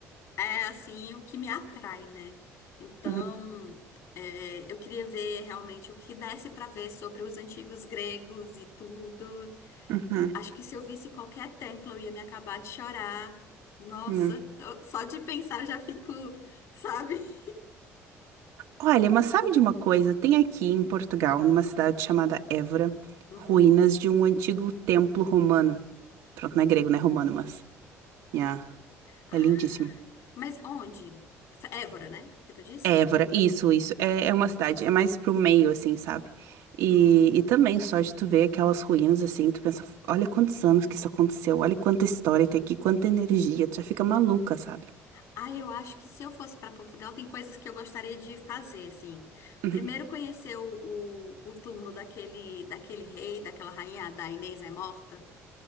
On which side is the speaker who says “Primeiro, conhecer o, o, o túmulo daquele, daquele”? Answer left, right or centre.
Left